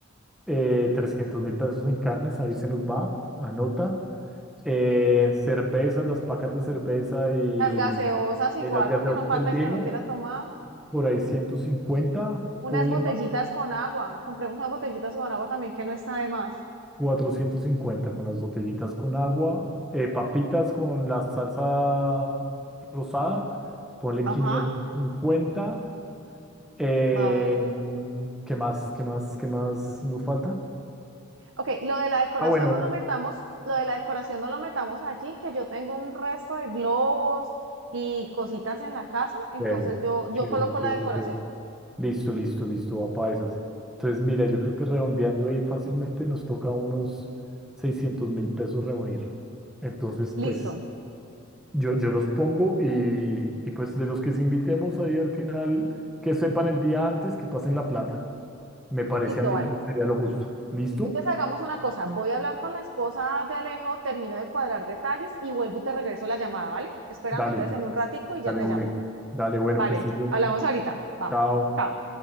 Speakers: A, in the centre; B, on the right.
A: eh, 300 mil pesos en carnes, ahí se nos va, anota. Eh,
B: Ujú.
A: cervezas, las pacas de cerveza y,
B: Las gaseosas igual,
A: de las gaseosas
B: porque no falta
A: del vino,
B: el que no quiera tomar.
A: por ahí 150
B: Unas
A: ponle
B: botellitas con agua, compremos unas botellitas con agua también que no está de más.
A: 450 con las botellitas con agua, eh, papitas con la salsa rosada, ponle
B: Ajá,
A: 550. eh,
B: vale,
A: ¿qué más? ¿Qué más? ¿Qué más nos falta?
B: Ok, lo de la decoración
A: Ah, bueno.
B: no lo metamos, lo de la decoración no lo metamos allí, que yo tengo un resto de globos y cositas en la casa, entonces
A: Chévere,
B: yo, yo
A: chévere,
B: coloco
A: chévere,
B: la decoración.
A: chévere. Listo, listo, listo, va para esas. Entonces, mira, yo creo que redondeando ahí fácilmente nos toca unos seiscientos mil pesos reunir. Entonces, pues,
B: Listo,
A: Yo, yo los pongo y, y pues de los que se invitemos ahí al final, que sepan el día antes, que pasen la plata. Me parece
B: listo,
A: a mí
B: vale.
A: que sería lo justo. ¿Listo?
B: Entonces hagamos una cosa, voy a hablar con la esposa de Alejo, termino de cuadrar detalles y vuelvo y te regreso la llamada, ¿vale? Espérame
A: Dale,
B: entonces en un ratico y ya
A: dale,
B: te
A: Juli.
B: llamo.
A: Dale, bueno,
B: Vale,
A: que estés bien.
B: hablamos ahorita. Va,
A: Chao.
B: chao.